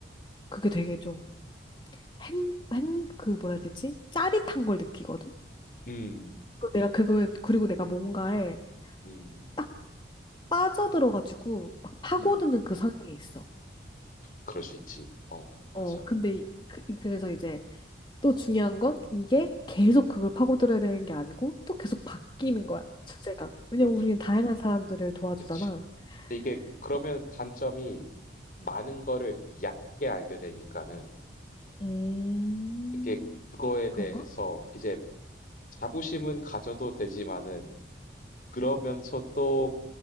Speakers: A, on the left; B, on the left.
A: 그게 되게 좀 행, 행, 그 뭐라 해야 되지? 짜릿한
B: 음.
A: 걸 느끼거든.
B: 음.
A: 그리고 내가 그거에 그리고 내가 뭔가에
B: 음.
A: 딱 빠져들어가지고 막 파고드는
B: 음.
A: 그 성향이 있어.
B: 그럴 수 있지. 어 맞아.
A: 어 근데 이- 그, 그래서 이제 또 중요한 건 이게 계속 그걸
B: 음.
A: 파고들어야 되는 게 아니고 또 계속 바뀌는
B: 음.
A: 거야 주제가. 왜냐면
B: 음. 그-
A: 우리는 다양한 사람들을
B: 음.
A: 도와주잖아.
B: 그치. 근데 이게 그러면
A: 어,
B: 단점이 많은 거를 얕게 알게 되니까는
A: 음,
B: 이게 그거에 대해서
A: 그런가?
B: 이제 자부심은 가져도 되지만은 그러면서 또